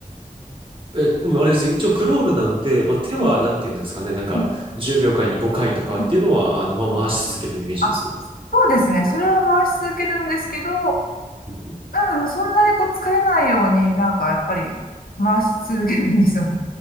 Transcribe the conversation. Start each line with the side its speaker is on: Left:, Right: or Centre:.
Right: え、でもあれですよ。一応クロールなんで、まあ、手はなんて言うんですかね。
Left: うん
Right: なんか、
Left: うん
Right: 10秒間に5回とかっていうのは、
Left: うん
Right: あの、まあ、
Left: うん
Right: 回し続けるイメージです。
Left: あ、そうですね。それは回し続けるんですけど、
Right: うんうん
Left: 多分そんなにこう疲れないようになんかやっぱり回し続けるんですよ